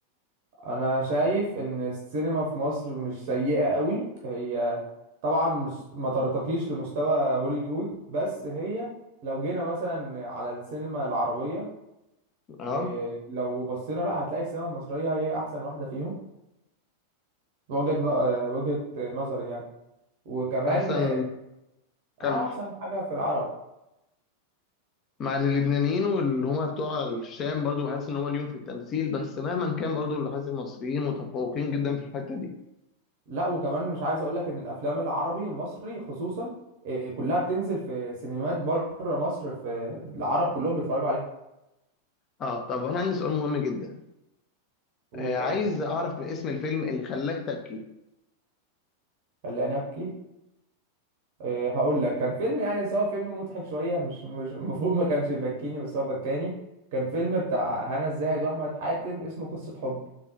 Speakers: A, on the right; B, on the left.
A: انا شايف ان السينما في مصر مش سيئة قوي هي طبعا مش ما ترتقيش لمستوى هوليوود بس هي لو جينا مثلا على السينما العربية
B: اه
A: إيه، لو بصينا لا هتلاقي السينما المصرية هي احسن واحدة فيهم وجهة ن- آه، وجهة نظري يعني وكمان
B: احسن
A: اه
B: كمل
A: أه، احسن حاجة في العرب
B: مع ان اللبنانيين واللي هم بتوع الشام برضو بحس ان هم ليهم في التمثيل بس مهما كان برضو اللي حاسس المصريين متفوقين جدا في الحته دي
A: لا وكمان مش عايز اقول لك ان الافلام العربي المصري خصوصا آه، كلها بتنزل في سينمات بره مصر في العرب كلهم بيتفرجوا عليها
B: اه طب انا عندي سؤال مهم جدا
A: قول
B: آه
A: طيب
B: عايز اعرف اسم الفيلم اللي خلاك تبكي
A: خلاني ابكي آه، هقول لك كان فيلم يعني بس هو فيلم مضحك شويه مش مش المفروض ما كانش يبكيني بس هو بكاني كان فيلم بتاع هنا الزاهد واحمد حاتم اسمه قصه حب